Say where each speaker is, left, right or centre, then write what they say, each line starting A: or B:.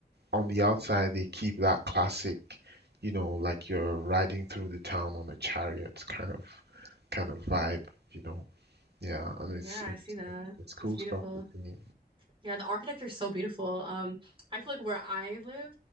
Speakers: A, on the right; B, on the right.
A: on the outside they keep that classic, you know, like you're riding through the town on a chariot kind of kind of vibe, you know. Yeah, and
B: Yeah,
A: it's
B: I
A: it's
B: see that.
A: it's, it's cool
B: That's beautiful.
A: stuff to see.
B: Yeah, the architecture is so beautiful. Um, I feel like where I live,